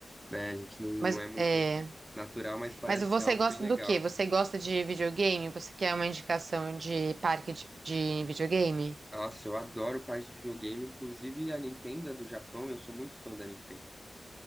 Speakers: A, in the centre; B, on the right.
A: né? A gente não, não
B: Mas
A: é muito
B: é.
A: natural, mas parece
B: Mas você
A: algo
B: gosta
A: bem legal.
B: do quê? Você gosta de videogame? Você quer uma indicação de parque de, de videogame?
A: Nossa, eu adoro parte de videogame, inclusive a Nintendo é do Japão, eu sou muito fã da Nintendo.